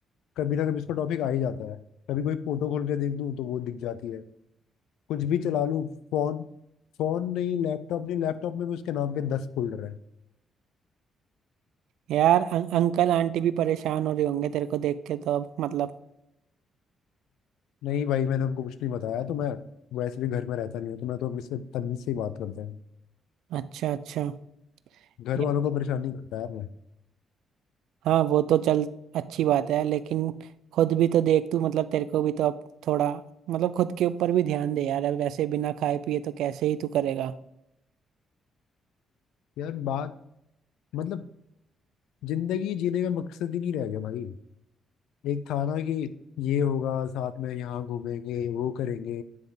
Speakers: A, on the left; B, on the right.
A: कभी ना कभी उसका टॉपिक आ ही जाता है कभी कोई फोटो खोल के देख दूँ तो वो दिख जाती है कुछ भी चला लूँ फोन फोन नहीं लैपटॉप नहीं लैपटॉप में भी उसके नाम के दस फोल्डर हैं
B: यार अं, अंकल आंटी भी परेशान हो रहे होंगे तेरे को देख के तो अब मतलब
A: नहीं भाई मैंने उनको कुछ नहीं बताया तो मैं वैसे भी घर में रहता नहीं हूँ तो मैं तो मुझसे तमीज से ही बात करता हूँ
B: अच्छा अच्छा
A: घर
B: ये-
A: वालों को परेशान नहीं करता यार मैं
B: हाँ वो तो चल अच्छी बात है लेकिन खुद भी तो देख तू मतलब तेरे को भी तो अब थोड़ा मतलब खुद के ऊपर भी ध्यान दे यार अब ऐसे बिना खाए पिए तो कैसे ही तू करेगा
A: यार बात मतलब जिंदगी जीने का मकसद ही नहीं रह गया भाई एक था ना कि ये होगा साथ में यहाँ घूमेंगे वो करेंगे